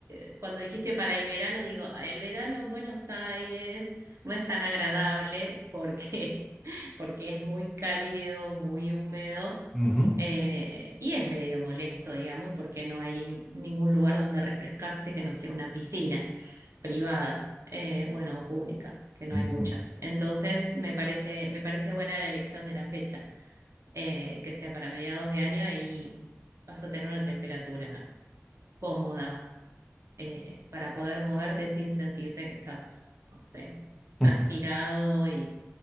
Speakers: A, on the right (about 70°); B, in the centre.
A: eh, cuando dijiste para el verano, digo, el verano en Buenos Aires no es tan agradable porque, <laughs> porque es muy cálido, muy húmedo
B: Ujú.
A: eh, y es medio molesto, digamos, porque no hay ningún lugar donde refrescarse que no sea una piscina privada, eh, bueno, o pública, que no
B: Ujú.
A: hay muchas. Entonces, me parece, me parece buena la elección de la fecha eh, que sea para mediados de año y vas a tener una temperatura cómoda eh, para poder moverte sin sentirte que estás, no sé, transpirado
B: <laughs>
A: y,